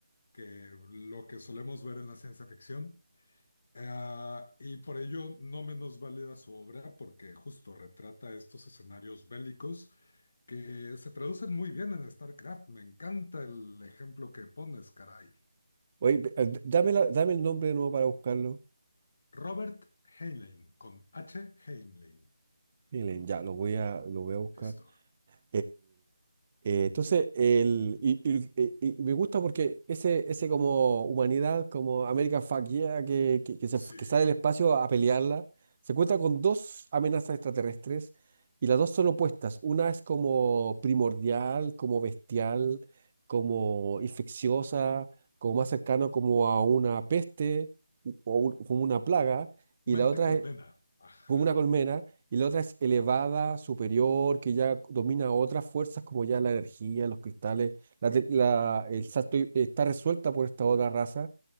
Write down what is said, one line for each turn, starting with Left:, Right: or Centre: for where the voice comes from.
Left: que lo que solemos ver en la ciencia ficción. Ah, y por ello no menos válida su obra porque justo retrata estos escenarios bélicos que se traducen muy bien en StarCraft. Me encanta el ejemplo que pones, caray.
Right: Oye, pe- eh, d- dame, la- dame el nombre de nuevo para buscarlo.
Left: Robert Heinlein, con H. Heinlein.
Right: Heinlein, ya, lo voy a, lo voy a
Left: Listo.
Right: buscar. Eh, entonces, el, y, y- y- y me gusta porque ese, ese como humanidad, como American Fuck Yeah, que, que, que se,
Left: Sí.
Right: que sale del espacio a pelearla, se cuenta con dos amenazas extraterrestres y las dos son opuestas. Una es como primordial, como bestial, como infecciosa, como más cercano como a una peste u- o un- como una plaga, y
Left: Mente
Right: la otra
Left: colmena. Ajá.
Right: como una colmena, y la otra es elevada, superior, que ya domina otras fuerzas como ya la energía, los cristales, la, te- la- el salto y- está resuelta por esta otra raza